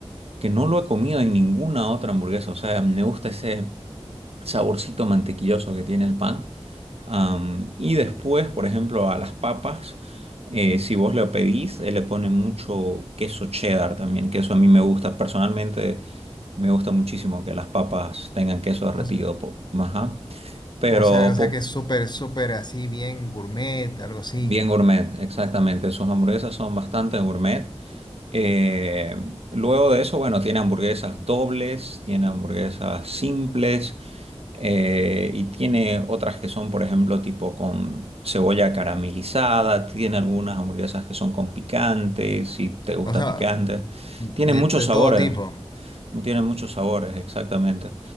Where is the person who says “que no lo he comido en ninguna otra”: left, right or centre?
Right